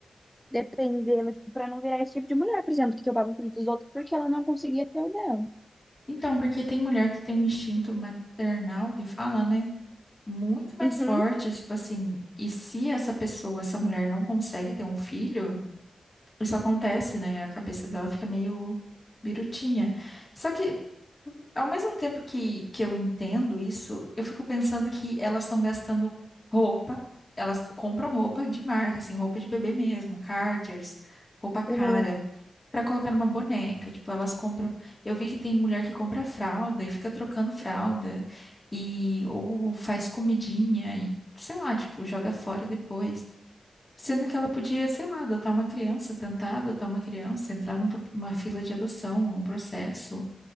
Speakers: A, in the centre; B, on the left (about 25°).
A: dependendo, tipo, pra não virar esse tipo de mulher, por exemplo, que roubava o filho dos outros porque ela não conseguia ter o dela.
B: Então, porque tem mulher que tem um instinto maternal que fala, né? Muito mais
A: Uhum.
B: forte, tipo assim, e se essa pessoa, essa mulher não consegue ter um filho, isso acontece, né? A cabeça dela fica meio birutinha. Só que, ao mesmo tempo que, que eu entendo isso, eu fico pensando que elas estão gastando roupa, elas compram roupa de marca, assim, roupa de bebê mesmo, Carters, roupa cara,
A: Uhum.
B: pra colocar numa boneca. Tipo, elas compram. Eu vi que tem mulher que compra fralda e fica trocando fralda, e ou faz comidinha, e sei lá, tipo, joga fora depois. Sendo que ela podia, sei lá, adotar uma criança, tentar adotar uma criança, entrar numa fila de adoção, num processo,